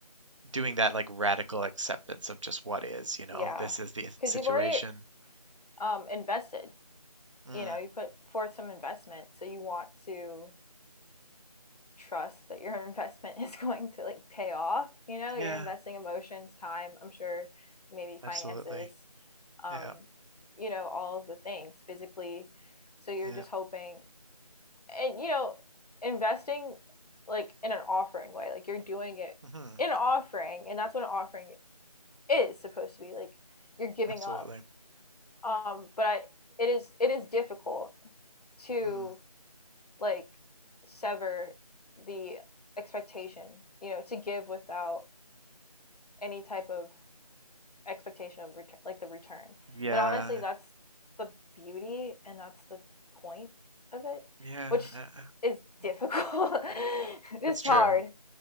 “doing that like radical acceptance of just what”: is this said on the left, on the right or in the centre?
Right